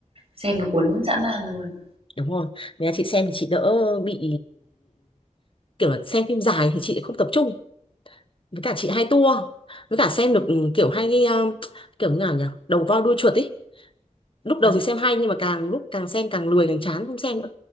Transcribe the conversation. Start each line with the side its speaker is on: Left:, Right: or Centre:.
Right: xem nó cuốn dã man luôn,
Left: đúng rồi nếu chị xem thì chị đỡ bị kiểu là xem phim dài thì chị không tập trung với cả chị hay tua với cả xem được ừ, kiểu hay um, kiểu như nào nhỉ đầu voi đuôi chuột ý lúc đầu
Right: đúng.
Left: thì xem hay nhưng mà càng lúc càng xem càng lười càng chán không xem nữa